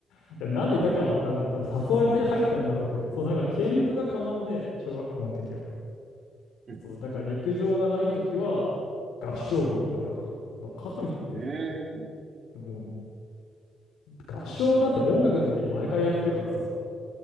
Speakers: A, on the left; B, on the right.
A: いやなんでいたかはわかんない。多分誘われて入ったんだろうけど、そうなんか兼部が可能で、小学校の時は。
B: うん
A: そう、だから陸上がないときは合唱部にいたから。まあ、かといって、
B: うんうんうーん。
A: もう合唱なんて音楽の時に毎回やってるからさ、